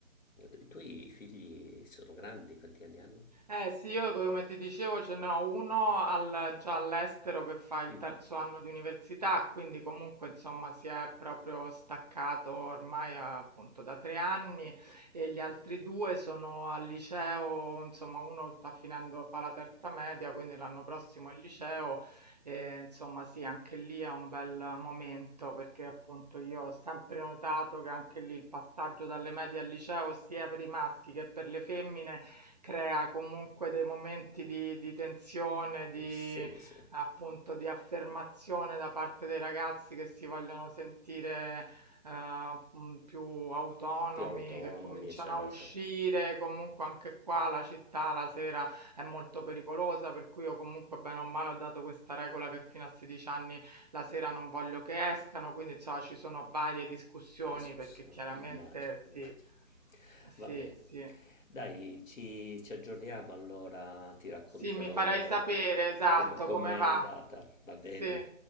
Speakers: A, on the left; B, on the right.
A: i tuoi figli sono grandi, quanti anni hanno?
B: Eh sì, io come ti dicevo ce n'ho uno al- già all'estero che fa il
A: <laughs>
B: terzo anno di università, quindi comunque insomma si è proprio staccato ormai appunto da tre anni e gli altri due sono al liceo, insomma uno sta finendo, fa la terza media, quindi l'anno prossimo è il liceo e insomma sì, anche lì è un bel momento perché appunto io ho sempre notato che anche lì il passaggio dalle medie al liceo sia per i maschi che per le femmine Crea comunque dei momenti di di tensione, di
A: Sì, sì.
B: appunto di affermazione da parte dei ragazzi che si vogliono sentire, ehm, mhmm, più autonomi,
A: più autonomi,
B: che cominciano
A: e certo,
B: a uscire. Comunque anche qua la città la sera è molto pericolosa, per cui io comunque bene o male ho dato questa regola che fino a 16 anni la sera non voglio che escano, quindi insomma ci sono varie discussioni
A: discussione,
B: perché chiaramente
A: immagino, immagino.
B: sì, sì,
A: Va bene.
B: sì.
A: Dai, ci, ci aggiorniamo allora, ti racconterò
B: Sì, mi farai sapere, esatto,
A: come, com'è
B: come va.
A: andata, va bene?
B: Sì.